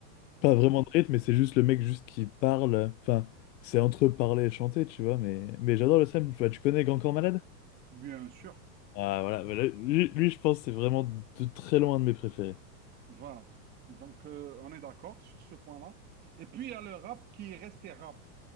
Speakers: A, on the left (about 85°); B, on the right (about 20°).
A: pas
B: Voilà.
A: vraiment de rythme, mais c'est juste le mec juste qui parle. Enfin, c'est entre parler et chanter, tu vois, mais, mais j'adore le slam. Enfin, tu connais Grand Corps Malade?
B: Bien sûr,
A: Ah, voilà, voilà. Lui, lui, je pense que c'est vraiment de très loin un de mes préférés.
B: voilà. Donc, euh, on est d'accord sur ce point-là. Et puis, il y a le rap qui est resté rap.